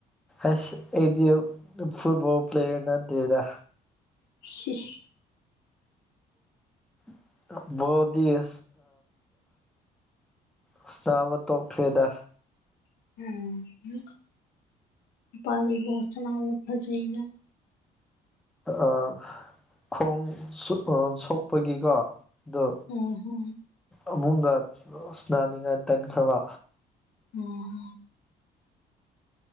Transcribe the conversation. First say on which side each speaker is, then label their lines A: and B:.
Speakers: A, in the centre; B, on the left.
A: ꯑꯁ ꯑꯩꯗꯤ ꯐꯨꯠꯕꯣꯜ ꯄ꯭ꯂꯦꯌꯔ ꯅꯠꯇꯦꯗ
B: ꯁꯤ ꯁꯤ
A: <unintelligible> ꯏꯁꯅꯥꯕ ꯇꯣꯛꯈꯔꯦꯗ
B: <unintelligible>
A: ꯑ ꯈꯣꯡ ꯁꯣꯛ ꯑ ꯁꯣꯛꯄꯒꯤꯀꯣ ꯑꯗꯣ
B: ꯎꯝ ꯍꯝ
A: ꯑꯝꯃꯨꯡꯒ ꯁꯅꯥꯅꯤꯡꯉꯥꯏ ꯇꯟꯈ꯭ꯔꯕ
B: ꯎꯝ